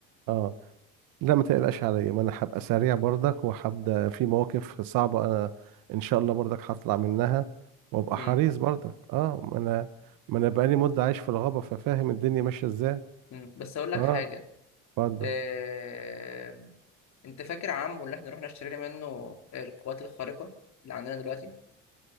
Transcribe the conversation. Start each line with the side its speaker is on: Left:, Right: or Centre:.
Right: اه لا ما تقلقش عليا ما انا هبقى سريع برضك وهبدا في مواقف صعبة انا ان شاء الله برضك هطلع منها وابقى
Left: مم.
Right: حريص برضك اه ما انا ما انا بقالي مدة عايش في الغابة ففاهم الدنيا ماشية ازاي
Left: مم. بس اقول لك
Right: اه
Left: حاجه
Right: اتفضل
Left: آه... انت فاكر عمو اللي احنا رحنا اشترينا منه القوات الخارقه اللي عندنا دلوقتي